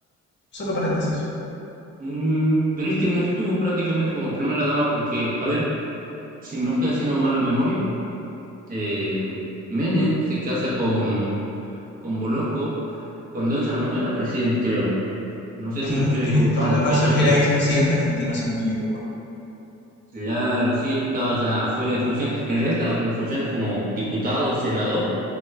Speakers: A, on the left (about 40°); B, on the right (about 30°).
A: Solo paréntesis.
B: mm, pero es que no estuvo prácticamente como primera dama porque, a ver. si no estoy haciendo mala memoria, eh, Menem se casa con, con Bolocco cuando él ya no era presidente, creo. No sé
A: Creo
B: si me estoy
A: que tienes
B: equivocando
A: toda la
B: de
A: razón.
B: fecha,
A: Era
B: pero
A: expresidente argentino, si no me equivoco.
B: claro, sí, él estaba ya fuera de funciones. En realidad estaba con funciones como diputado, senador,